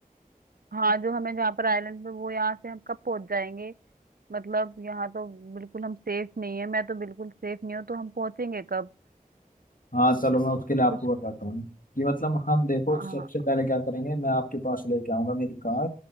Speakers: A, on the right; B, on the left.
A: हाँ जो हमें जहाँ पर आइलैंड पे वो यहाँ से हम कब पहुंच जाएंगे मतलब यहाँ तो बिल्कुल हम सेफ नहीं है मैं तो बिल्कुल सेफ नहीं हूँ तो हम पहुंचेंगे कब
B: हाँ चलो मैं उसके लिए आपको
A: कुछ
B: बताता हूँ कि मतलब हम देखो
A: हाँ
B: सबसे पहले क्या करेंगे मैं आपके पास लेके आऊंगा मेरी कार